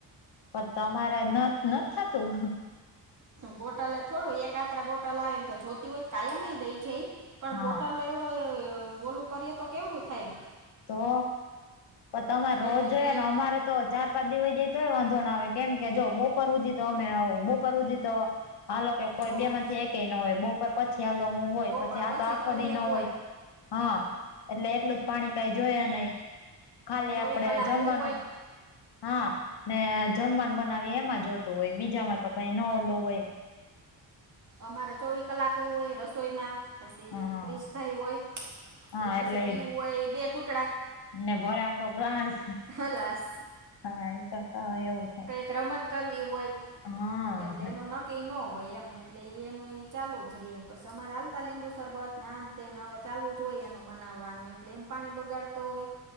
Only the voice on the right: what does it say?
બોટલે થોડું એકાત્ર બોટલ આવે એમ તો જોતી હોય કાયમ દઈ છે પણ
બોટલો એવ ઓલું કરીએ તો કેવડું થાય.
એમ
એટલે
એમ
હં.
બપોર
તું
એક
ચોવીસ
કલાક
હું હોય
અમારે ચોવી કલાક હું હોય રસોઈમાં. પસી
ક્રિસભાઈ હોય
એ પછી
પીવું હોય એ બે કૂટડા.
હલાસ
એક રમત કરવી હોય
એટલે એનું ન કનકી ન હોય એમ એટલે એ એનું એ ચાલુ જ રિયે પસી અમારે હાલતા લીંબુ સરરબત ને આને તેને હવે ચાલુ જ હોય એનું બનાવવાનું એટલે એમ પાણી બગાડતો હોય.